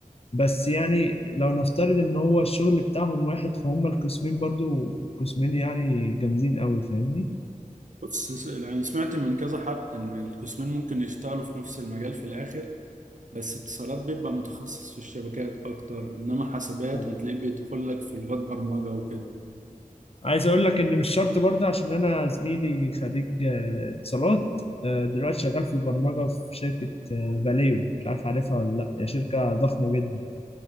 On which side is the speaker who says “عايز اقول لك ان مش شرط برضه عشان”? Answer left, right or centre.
Left